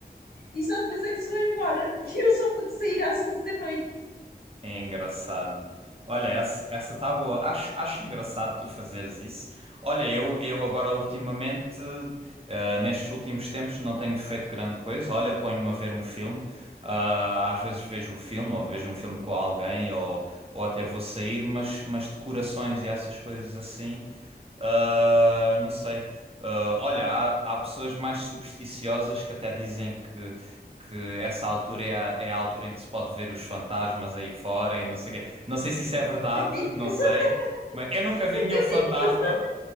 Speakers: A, on the left (about 65°); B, on the right (about 35°).
A: e só depois é que se vão embora. <laughs> E eu só pude sair às onze da noite.
B: É engraçado. Olha, essa, essa tá boa. Acho, acho engraçado tu fazeres isso. Olha, eu, eu agora ultimamente, eh, nestes últimos tempos, não tenho feito grande coisa. Olha, ponho-me a ver um filme. Ah, às vezes vejo um filme, ou vejo um filme com alguém, ou, ou até vou sair, mas, mas decorações e essas coisas assim. Ah, não sei. Ah, olha, há, há pessoas mais supersticiosas que até dizem que, que essa altura é a, é a altura em que se pode ver os fantasmas aí fora e não sei o quê. Não sei se isso é verdade,
A: Nunca vi nenhum,
B: não sei.
A: <laughs>
B: Mas eu nunca vi
A: nunca
B: nenhum fantasma,
A: vi nenhum.